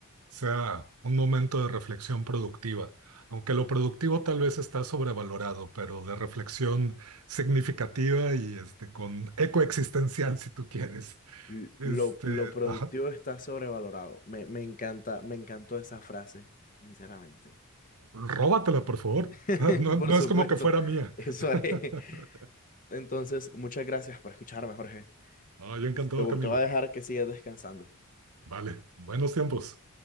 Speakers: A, on the right; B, on the left.
A: sea un momento de reflexión productiva, aunque lo productivo tal vez está sobrevalorado, pero de reflexión significativa y este, con eco existencial, si tú quieres.
B: L-
A: Este,
B: Lo, lo productivo
A: ajá,
B: está sobrevalorado. Me, me encanta, me encantó esa frase, sinceramente.
A: róbatela, por favor.
B: <laughs>
A: Ah, No,
B: Por
A: no
B: supuesto,
A: es como que fuera mía.
B: eso
A: <laughs>
B: haré. Entonces, muchas gracias por escucharme, Jorge.
A: Ah, yo encantado,
B: Te, te
A: Camilo.
B: voy a dejar que sigas descansando.
A: Vale, buenos tiempos.